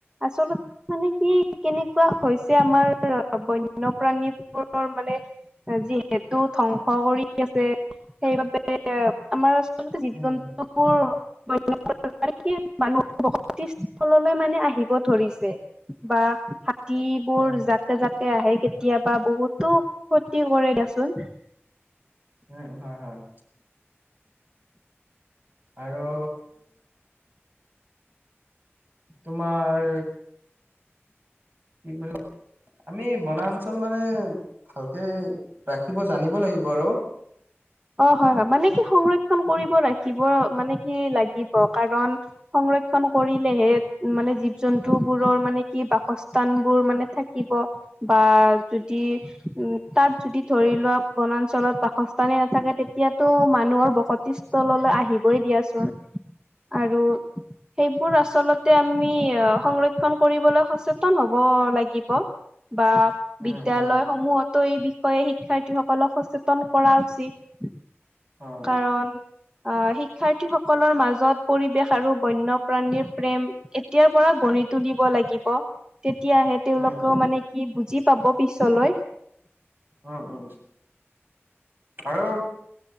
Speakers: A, on the right; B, on the right.
A: আচলতে। মানে কি কেনেকুৱা হৈছে আমাৰ বন্যপ্ৰাণীবোৰ মানে। যিহেতু ধ্বংস কৰি আছে সেইবাবে আমাৰ। জীৱ
B: উম
A: জন্তুবোৰ
B: উম
A: বন প্ৰাণী আৰু কি মানুহ বসতি সললৈ মানে আহিব ধৰিছে বা। হাতিবোৰ
B: হয় হয়
A: জাকে জাকে আহে। কেতিয়াবা বহুতো ক্ষতি কৰে দিয়াচোন।
B: উম হয় হয়। আৰু। তোমাৰ। কি বুলি আমি বনাঞ্চল মানে ভালকে। ৰাখিব জানিব লাগিব আৰু।
A: অ হয় হয় মানে কি সংৰক্ষণ কৰিব ৰাখিব মানে কি লাগিব কাৰণ। সংৰক্ষন কৰিলেহে মানে জীৱ জন্তু বোৰৰ মানে কি বাসস্থান বোৰ মানে থাকিব। বা যদি উম তাত যদি ধৰি লোৱা বনাঞ্চলত বাসস্তানে। নাথাকে তেতিয়াতো মানুহৰ বসতি স্থাল আহিবই দিয়াচোন। আৰু। সেইবোৰ আচলতে আমি সংৰক্ষন কৰিবলৈ সচেতন হব লাগিব। বা
B: উম
A: বিদ্যয়ালয়
B: উম
A: সমূহতো এই বিষয়ে শিক্ষাৰ্থীসকলক সচেতন কৰা উচিত
B: অ
A: কাৰণ অহ শিক্ষাৰ্থীসকলৰ মাজত পৰিৱেশ। আৰু বন্যপ্ৰাণীৰ প্ৰেম এতিয়াৰ পৰা গঢ়ি তুলিব লাগিব। তেতিয়াহে তেওঁলোকেও
B: উম উম
A: মানে কি বুজি পাব পিছলৈ।
B: উম উম আৰু।